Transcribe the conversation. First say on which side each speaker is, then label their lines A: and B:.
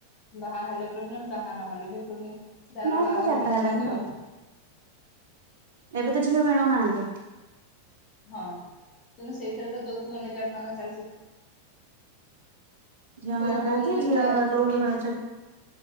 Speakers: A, on the left; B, on the right.
A: ବାହା ହେଲେ ପ୍ରୋବ୍ଲେମ, ବାହା ନହେଲେ ବି ପ୍ରୋବ୍ଲେମ, ଯାହାର
B: ନା
A: ବାହାଘର
B: ସେଟା ଜାଗା
A: ଜୁଟୁ
B: ହେଲାନି
A: ନଥିବ
B: ତ ଏବେ ତ ଝିଅ ମିଳୁନାହାନ୍ତି।
A: ହଁ କିନ୍ତୁ ସେଇଥିରେ ତ ଯୌତୁକ ନିର୍ଯ୍ୟାତନା ଚାଲିଛି।
B: ଝିଅ ମିଳୁନାହାନ୍ତି
A: ମୋ ବୋହୁ ମନ
B: ଝିଅ ଯୋଉ
A: ମି
B: ମିଳୁଛନ୍ତି